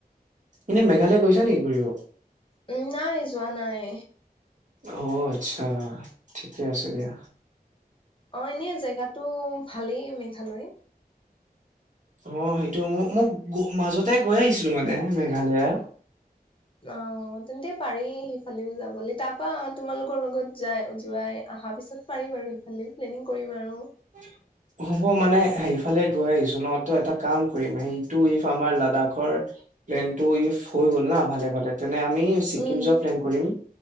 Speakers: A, on the right (about 50°); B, on the left (about 35°).
A: এনে মেঘালয়া গৈছা নেকি ঘূৰিব?
B: উম নাই যোৱা নাই।
A: অ আচ্ছা ঠিকে আছে দিয়া।
B: অ এনে জেগাতটো ভালেই মেঘালয়।
A: অ', সেইটো মো-মোক মাজতে গৈ আহিছিলো মানে মেঘালয়া।
B: অ', তেন্তে পাৰি সিফালেও যাবলৈ তাৰপা তোমালোকৰ লগত‌ যায় যোৱাই অহাৰ পিছত পাৰিম আৰু সেইফালে প্লেনিং কৰিম আৰু।
A: <inaudible> হ'ব মানে সেইফালে গৈ আহিছো ন ত' এটা কাম কৰিম সেইটো ইফ আমাৰ লাডাখৰ প্লেনটো ইফ হৈ গ'ল না ভালে ভালে তেনে আমি ছিকিম
B: উম,
A: যোৱা প্লেন কৰিম